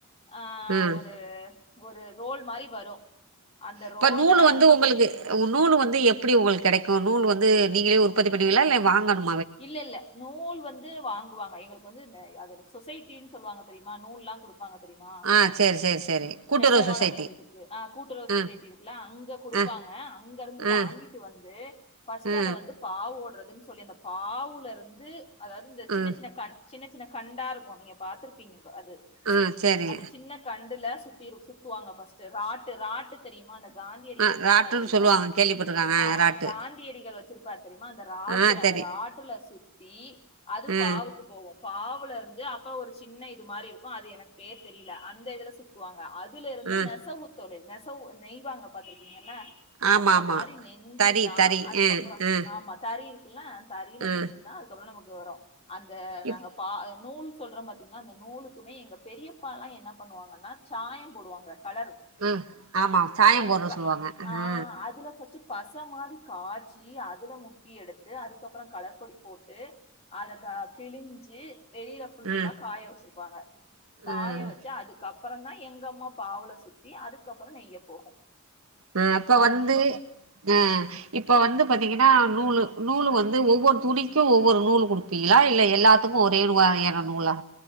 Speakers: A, on the left; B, on the right.
A: ஆ
B: ம்
A: ஒரு ஒரு ரோல் மாரி வரு அந்த
B: இப்ப
A: ரோல
B: நூலு வந்து உங்களுக்கு
A: ஒரு
B: நூலு வந்து எப்டி
A: ம்
B: உங்களுக்கு கெடைக்கு இப்ப நூல் வந்து நீங்களே உற்பத்தி பண்ணுவீங்களா இல்ல வாங்கணு
A: இல்ல இல்ல நூல் வந்து வாங் <unintelligible> எங்களுக்கு வந்து நெ அதோட சொசைட்டின்னு சொல்லுவாங்க தெரியுமா நூல்லா குடுப் ப்பாங்க தெரியுமா
B: ஆ சேரி சேரி சேரி கூட்டுறவு
A: நெசவாளர்கள்
B: சொசைட்டி
A: இதுக்கு ஆ கூட்டுறவு
B: ஆ
A: சொசைட்டி இருக்குல அங்க குடுப்பாங்க
B: ஆ
A: அங்கருந்து
B: ஆ
A: வாங்கிட்டு வந்து ஃப்ஸ்ட்டு
B: ஆ
A: அத வந்து பாவோட்ற சொல்லி <unintelligible> பாவுலருந்து அதாது இந்த
B: ஆ
A: சின்ன சின்ன கண் சின்ன சின்ன கண்டாருக்கு நீங்க பாத்துருப்பீங்க அது
B: ஆ சேரி
A: அந்த சின்ன கண்டுல சுத்தி சுத்துவாங்க ஃப்ஸ்ட்டு ராட்டு ராட்டு தெரியுமா அந்த காந்தியடிகள்
B: ஆ
A: சுத்துவாரு
B: ராட்டுன்னு
A: தெரியுமா
B: சொல்லுவாங்க கேள்விப்பட்டிருக்காங்க
A: ஆ
B: ராட்டு
A: காந்தியடிகள் வச்சிருப்பாரு தெரியுமா அந்த ராட்டு
B: ஆ
A: அந்
B: தெரி
A: ராட்டுல சுத் தீ அது
B: ஆ
A: பாவுக்கு போவு பாவுலருந்து அப்ப ஒரு சின்ன இது மாரி இருக்கு அது எனக்கு பேர் தெரியல அந்த இதுல சுத்துவாங்க அதுலேருந்து
B: ஆ
A: நெசவு தொழில் நெசவு நெய்வாங்க பாத்திருக்கீங்கல்ல
B: ஆமா
A: அந்த
B: ஆமா
A: மாரி நெஞ்சுதா
B: தறி தறி
A: அதுக்கப்புற
B: ஆ ஆ
A: ஆமா தறி ல்லா தறியில
B: ஆ
A: நெஞ்சுதா அதுகப்புற நமக்கு து வரு அந்த
B: இப்
A: நாங்க பா நூல் சொல்றம்பாத்தீங்களா அந்த நூலுக்குமே எங்க பெரியப்பாலா என்ன பண்ணுவாங்கன்னா சாயம் போடுவாங்க கலர்
B: ஆ ஆமா சாயம்
A: அந்த
B: போடுற
A: கல
B: சொல்லுவாங்க ஆ
A: அதுல ஃபஸ்ட் பச மாரி காச்சி அதுல முக்கி எடுத்து அதுக் கப்புற கலர் பொடி போட்டு அதக்க பிழிஞ்சு வெளியில ஃபுல்லா
B: ஆ
A: காய வச்சிரு வாங்க
B: ஆ
A: காய
B: ஆ
A: வச்சு அதுக்கப் புறம் தான் எங்க அம்மா பாவல சுத்தி அதுக்கப்புறம் நெய்ய போகும்
B: ஆஹ் அப்ப வந்து ஆஹ் இப்ப வந்து பாத்தீங்க னா நூல் நூல் வந்து ஒவ்வொரு துணிக்கும் ஒவ்வொரு நூல் குடுப்பீங்களா இல்ல எல்லாத்துக்கும் ஒரே <unintelligible> நூலா